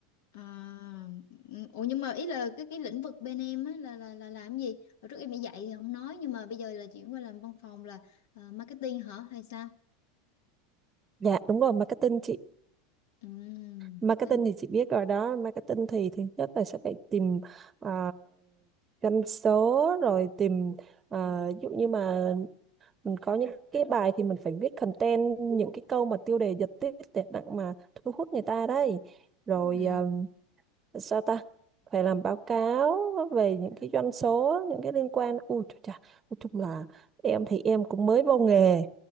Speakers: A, on the left (about 75°); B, on the right (about 20°).
A: À, ừ, ủa nhưng mà ý là cái cái lĩnh vực bên em á là là là làm gì? Hồi trước em đi dạy thì không nói nhưng mà bây giờ là chuyển qua làm văn phòng là ờ, marketing hả hay sao?
B: dạ đúng rồi marketing chị
A: Ừ,
B: marketing
A: tính
B: thì chị biết rồi đó marketing thì thứ nhất là sẽ phải tìm uh, doanh số rồi tìm ờ, ví dụ như mà mình có những cái bài thì mình phải viết content những cái câu mà tiêu đề giật tít để đặng mà thu hút người ta đấy rồi
A: ừ,
B: ờ, sao ta phải làm báo cáo về những cái doanh số những cái liên quan ui trời chà, nói chung là em thì em cũng mới vô nghề